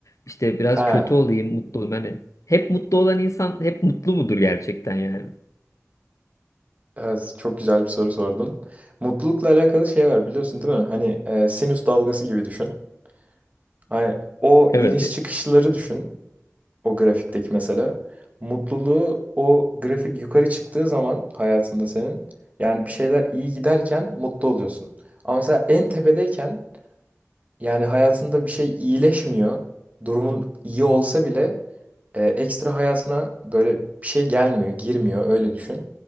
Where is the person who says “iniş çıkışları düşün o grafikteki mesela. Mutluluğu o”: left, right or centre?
Right